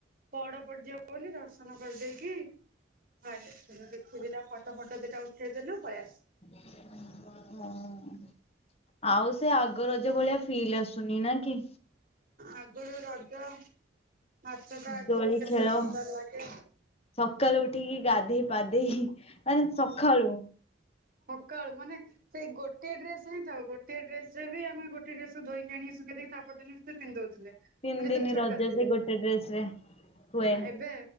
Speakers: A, on the right (about 45°); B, on the left (about 30°).
A: ବଡ ପଡିଯିବ ବୋଲି ଦର୍ଶନ କରିଦେଇକି ଭାଇ ୁରୀଟା ଫଟୋ ଫଟ ଦଟା ଉଠେଇଦେଲ ପଳ ଆସ
B: ହଁ ଆଉ ସେ ଆଗର ଯେ ଭଳିଆ ଫିଲ୍ ଆସୁନି ନା କି
A: ଆଗରୁ ରଜ ନାଚଟ ଆଗରୁ
B: ଦୋଳି
A: କେତେ
B: ଖେଳ
A: ସୁନ୍ଦର ଲାଗେ
B: ସକାଳୁ ଉଠିକି ଗାଧୋଇ ପାଧେଇ ମାନେ ସକାଳୁ
A: ଉତ୍କାଳୁ ମାନେ ସେଇ ଗୋଟ ଡ୍ରେସ ହିଁଉ ଗୋଟ ଡେସ ରେ ବି ଆମେ ଗୋେ ଡ୍ରେସ ଧକି ଆଣି ଶୁଖେଇ ଦେଇକି ତାପରେିନେ ପିନ୍ଧଉଥିଲେ ମେ
B: ତିନି
A: ଯେତେବେଳେ
B: ଦିନି
A: ଛୋଟ
B: ରଜ
A: ଥିଲେ
B: ସେ ଗୋଟେ ଡ୍ରେସ ରେ ହୁଏ
A: ହ ଏବେ